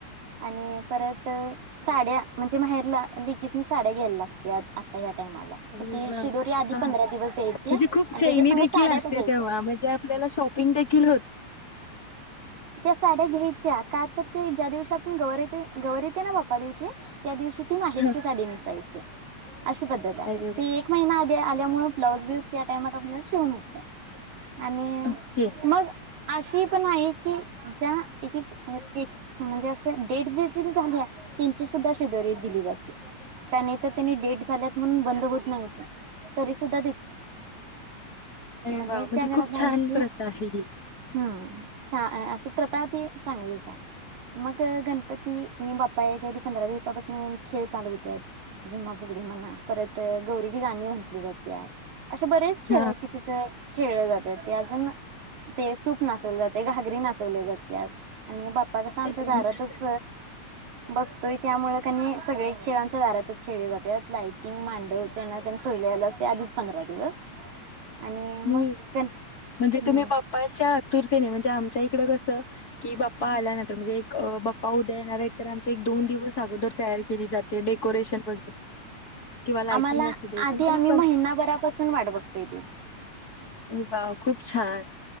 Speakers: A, on the right (about 75°); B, on the left (about 30°).
A: आणि परत साड्या म्हणजे बाहेरला लिकीच मी साड्या घ्यायला लागत आता ह.
B: अरे वाह!
A: आधी
B: हां.
A: पंधरा दिवस द्याय त्या
B: म्हणजे खूप चैनी देखील
A: साडप
B: असते
A: द्याय.
B: तेव्हा म्हणजे आपल्याला शॉपिंग देखील होते.
A: साड्या घ्यायच्या का तर ते ज्या दिवशी आपण गौवर येते गौवरेते ना बाप्पा दिवशी त्या दिवशी ती माहेरची
B: हां.
A: साडी नेसायची अशी पद्धत आहे
B: अरे वाह!
A: ती एक महिना आ त्यामुळे ब्लाऊजबिज त्या टाईमात शिवून होतंय. आणि
B: ओके.
A: मग अशी पण आहे की ज्या एक एक म्हणजे असं डेट ज झाली तीन सुद्धा शेजरीत दिली जाते. त्या नाही तर त्यांनी डेट झाल्यात म्हणून बंद होत नाही तरी सुद्धा
B: अरे
A: म्हणजे
B: वाह!
A: त्यागराता
B: खूप छान
A: विची
B: प्रथा आहे ही.
A: हम. छान अशी प्रथा ती चांगलीच आहे. मग गणपती बाप्पा याच्या आधी पंधरा दिवसापासून खेळ चालू होत जिम्मापुगडी मणा परत गौरीची गाणी म्हटली जात. असे बरेच खेळ
B: हां.
A: आहेत ति तिथे खेळले जातात. अजून ते सूप नाचवले जाते घागरी नाचवले जाते आणि बा पा कस आमच्या
B: अरे
A: दारातच
B: मस्तच.
A: बसतोय त्यामुळं त्यांनी सगळे खेळांच्या दारातच खेळले जाते लाईटिंग मांडव त्यांना त्यांना सोयला असते आधीच पंधरा दिवस आणि मग
B: ह
A: गण
B: म्हणजे
A: हम्म
B: तुम्ही बाप्पाच्या आतुरतेने आमच्या इकडे कस की बाप्पा आल्यानंतर म्हणजे बाप्पा उद्या येणार आहेत तर आम एक दोन दिवस अगोदर तयारी केली जाते डेकोरेशन वगैरे किंवा लाइटिंग
A: आम्हाला
B: असू दे
A: आधी
B: पण तुम्ही
A: आम्ही महिनाभरापासून वाट बघतोय त्याची.
B: हे बाऊ खूप छान